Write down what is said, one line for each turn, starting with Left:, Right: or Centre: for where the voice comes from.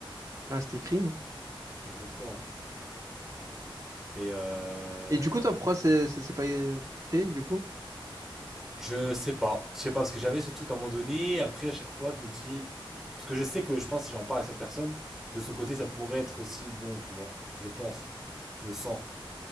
Right: Là, c'est écrit. hein.
Centre: Exactement. Et euh...
Right: Et du coup, toi, pourquoi c'est c'est- c'est pas fait, du coup?
Centre: Je sais pas, je sais pas parce que j'avais ce truc à un moment donné. Après, à chaque fois, je me dis parce que je sais que je pense si j'en parle à cette personne, de son côté, ça pourrait être aussi bon, tu vois. Je pense, je le sens.